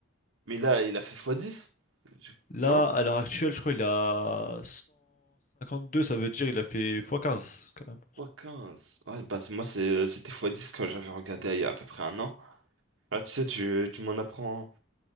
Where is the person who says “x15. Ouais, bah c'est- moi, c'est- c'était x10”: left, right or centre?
Right